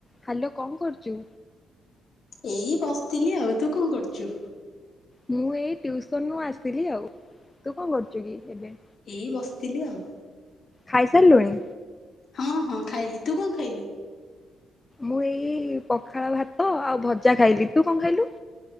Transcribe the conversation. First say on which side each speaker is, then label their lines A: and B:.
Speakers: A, on the left (about 20°); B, on the left (about 55°).
A: Hello କଣ କରୁଚୁ?
B: ଏଇ ବସିଥିଲି ଆଉ ତୁ କଣ କରୁଚୁ?
A: ମୁଁ ଏଇ ଟ୍ୟଉସନରୁୁ ଆସିଥିଲି ଆଉ ତୁ କଣ କରୁଛୁ କି ଏବେ?
B: ଏଇ ବସିଥିଲି ଆଉ।
A: ଖାଇସାଇଲୁଣି?
B: ହଁ ହଁ ଖାଇଲି ତୁ କଣ ଖାଇଲୁ?
A: ମୁଁ ଏଇ ପଖାଳ ଭାତ ଆଉ ଭଜା ଖାଇଲି ତୁ କଣ ଖାଇଲୁ?